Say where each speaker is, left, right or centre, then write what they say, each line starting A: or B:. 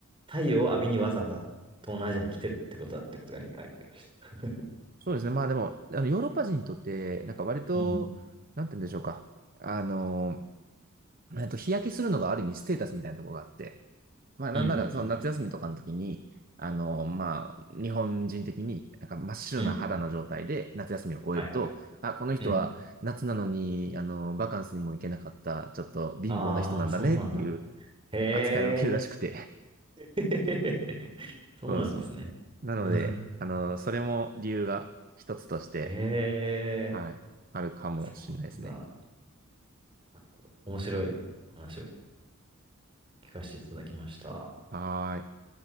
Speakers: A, on the right; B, on the right.
A: 太陽を浴びにわざわざ東南アジアに来てるってことだってことが理解できました。
B: そうですね。まあでも、あの、ヨーロッパ人にとって、なんか割と、
A: うん
B: なんて言うんでしょうか。あのーえっと、日焼けするのがある意味ステータスみたいなところがあって、まあ、なんなら、
A: うんうんうん
B: その夏休みとかの時に、あの、まあ、日本人的に、なんか真っ白な肌の状態で夏休みを終えると、
A: うん。うんはいはい。
B: あ、この人は夏なのに、
A: うん
B: あの、バカンスにも行けなかった、ちょっと貧乏な人なんだねっていう
A: ああ、そうなんだ。へえ、
B: 扱いを受けるらしくて。
A: <laughs>
B: <laughs>
A: そうなんですね。
B: そうそう。
A: <laughs>
B: なので、
A: うん
B: あの、それも理由が一つとして、
A: へ
B: はい、
A: え、
B: あるかもしれないですね。
A: そうなんだ。なるほど。面白いお話を聞かせていただきました。
B: はーい。